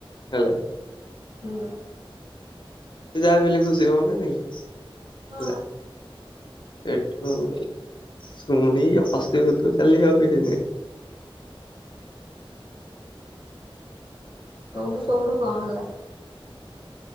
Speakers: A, on the left; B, on the right.
A: ହେଲା।
B: ହୁଁ।
A: ସେ ଯାହାବି ହେଲେ ଖୁସି ହବନା ନାଇଁ
B: ହଁ।
A: ହେଲା ଏଠୁ ଶୁଣିି ହସିବୁ ତୁ ଖାଲି ଆଉ କିଛି ନାଇଁ
B: ସେଉଠୁ ସେଉଠୁ କଣ ହେଲା?